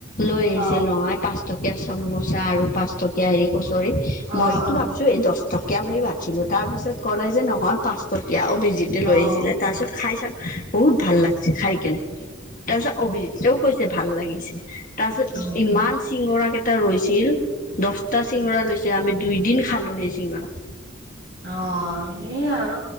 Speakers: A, on the left; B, on the right.
A: লৈ আহিছিল
B: অ',
A: নহয় পাঁচ। পাঁচ টকীয়া চামোচা আৰু পাঁচটকীয়া হেৰি কচৰি
B: অ',
A: মইটো
B: অ'।
A: ভাবছো এই দশ টকীয়া বুলি ভাবছো ছিলো তাৰ পিছত ক'লে যে নহয় পাঁচ টকীয়া অভিজিতে লৈ
B: অ',
A: আহিছিলে
B: অ',
A: তাৰ পিছত খাই চালো বহুত ভাল লাগছে খাই কেনে। তাৰপিছত অভিজিতেও কৈছে ভাল লাগিছে তাৰপিছত
B: উম,
A: ইমান চিঙৰাকেইটা ৰৈছিল। দহটা চিঙৰা লৈছে আমি দুই দিন খালো সেই চিঙৰা
B: অ সেই আৰু